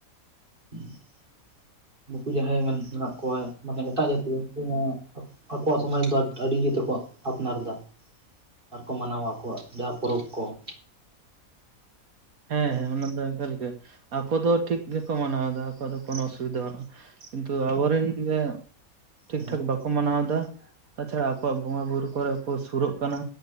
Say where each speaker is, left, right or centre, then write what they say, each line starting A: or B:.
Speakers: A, on the right; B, on the right.
A: <unintelligible> ᱱᱩᱠᱩ ᱡᱟᱦᱟᱸᱭ ᱢᱮᱱᱟᱜ ᱠᱚᱣᱟ ᱢᱟᱱᱮ ᱮᱴᱟᱜ ᱡᱟᱹᱛᱤ ᱩᱱᱠᱩ ᱦᱚᱸ ᱟᱠᱚᱣᱟᱜ ᱥᱚᱢᱟᱡᱽ ᱫᱚ ᱟᱹᱰᱤ ᱤᱭᱟᱹᱛᱮᱠᱚ ᱟᱯᱱᱟᱨ ᱮᱫᱟ ᱾ ᱟᱨ ᱠᱚ ᱢᱟᱱᱟᱣᱟ ᱟᱠᱚᱣᱟᱜ ᱡᱟᱦᱟᱸ ᱯᱚᱨᱚᱵᱽ ᱠᱚ ᱾
B: ᱦᱮᱸ ᱦᱮᱸ ᱚᱱᱟ ᱫᱚ ᱮᱠᱟᱞ ᱜᱮ ᱟᱠᱚ ᱫᱚ ᱴᱷᱤᱠ ᱜᱮᱠᱚ ᱢᱟᱱᱟᱣ ᱫᱟ ᱟᱠᱚᱣᱟᱜ ᱫᱚ ᱠᱚᱱᱚ ᱚᱥᱩᱵᱤᱫᱟ ᱵᱟᱱᱩᱜ-ᱟ ᱾ ᱠᱤᱱᱛᱩ ᱟᱵᱚ ᱨᱮᱱ <unintelligible> ᱴᱷᱤᱠ
A: ᱦᱮᱸ
B: ᱴᱷᱟᱠ ᱵᱟᱠᱚ ᱢᱟᱱᱟᱣ ᱫᱟ <unintelligible> ᱟᱠᱚᱣᱟᱜ ᱵᱚᱸᱜᱟ ᱵᱩᱨᱩ ᱠᱚᱨᱮ ᱠᱚ ᱥᱩᱨᱚᱜ ᱠᱟᱱᱟ᱾